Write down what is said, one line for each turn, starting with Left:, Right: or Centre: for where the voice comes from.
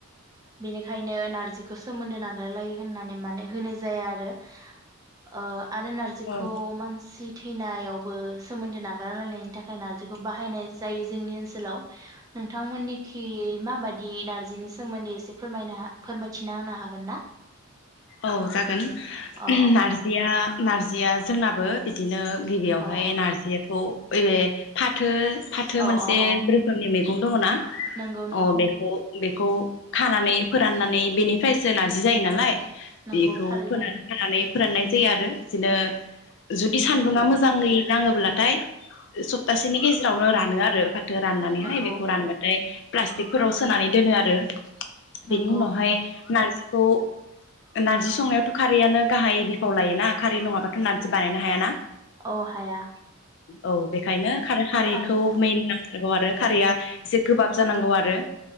Right: बेनिखायनो नारजिखौ सोमोन्दो नागारलायो होननानै माने होनाय जाया आरो ओ आरो नारजिखौ
Left: औ
Right: मानसि थैनायावबो सोमोन्दो नागारलायनायनि थाखाय नारजिखौ बाहायनाय जायो जोंनि ओनसोलाव नोंथांमोननिखि खै माबादि नारजिनि सोमोन्दै एसे फोरमायनो हा फोरमाय थिना होनो हागोन ना?
Left: औ जागोन
Right: अ अ
Left: नारजिया नारजिया जोंनाबो बिदिनो गिबियावहाय
Right: अ
Left: नारजि अ ओरै फाथो फाथो
Right: अ
Left: मोनसे
Right: अ अ
Left: रोखोमनि मैं गं दङ ना?
Right: नंगौ नंगौ
Left: अ बेखौ
Right: ।
Left: बेखौ खानानै फोराननानै बेनिफ्रायसो नारजि जायो नालाय
Right: नंगौ
Left: बेखौ
Right: थारैनो
Left: फोनानै खानानै फोराननाय जायो आरो बिदिनो जुदि सान्दुङा
Right: नंगौ
Left: मोजाङै नाङोब्ला थाय सप्तासेनि गेजेरावनो रानो आरो फा थोङा राननानैहाय
Right: नंगौ
Left: बेखौ रानबाथाय प्लास्टिकफोराव सोनानै दोनो आरो
Right: नंगौ
Left: बेनि उनावहाय नारजि खौ नारजि संनायावथ' खारैआनो गाहाय बिफाव लायोना । खारै नङाबाथ' नारजि बानायनो हायाना?
Right: औ हाया
Left: औ बेखायनो खार-खारैखौ
Right: थारैनो औ
Left: मेन नांथार गौ आरो खारैया एसे गोबाब जानांगौ आरो